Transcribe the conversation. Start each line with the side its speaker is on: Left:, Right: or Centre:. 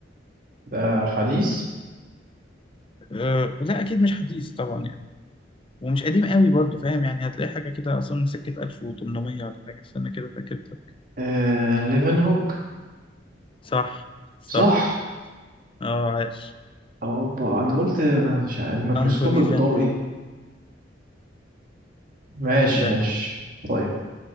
Right: ده حديث
Left: آه لا أكيد مش حديث طبعا يعني ومش قديم قوي برضه فاهم يعني هتلاقي حاجة كده أصلا من سكة 1800 ولا حاجة استنى كده أتأكد لك
Right: آه... ليفنهوك
Left: صح صح
Right: صح
Left: اه عاش
Right: أوبا أنا قلت مش عارف، الميكروسكوب
Left: أنتوني
Right: الضوئي
Left: فان ليفن
Right: ماشي
Left: لا
Right: ماشي
Left: كويس
Right: طيب